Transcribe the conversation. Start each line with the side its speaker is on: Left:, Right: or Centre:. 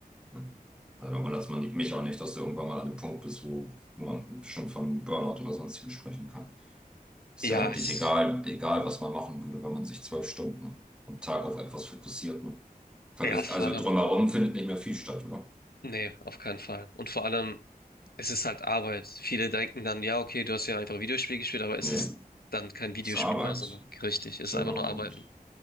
Centre: Hm. Also, da wundert man mich auch nicht, dass du irgendwann mal an dem Punkt bist, wo, wo man schon von Burnout oder sonstigem sprechen kann. Ist
Left: Ja,
Centre: ja eigentlich
Left: ich,
Centre: egal, egal, was man machen würde, wenn man sich zwölf Stunden am Tag auf etwas fokussiert. Ne? Vergisst,
Left: ja, vor
Centre: also
Left: allem
Centre: drumherum findet nicht mehr viel statt, oder?
Left: Nee, auf keinen Fall. Und vor allem, es ist halt Arbeit. Viele denken dann, ja, okay, du hast ja einfach Videospiel gespielt, aber es
Centre: Nee,
Left: ist dann kein Videospiel
Centre: ist Arbeit.
Left: mehr, sondern richtig, es
Centre: Genau.
Left: ist einfach nur Arbeiten.
Centre: Und,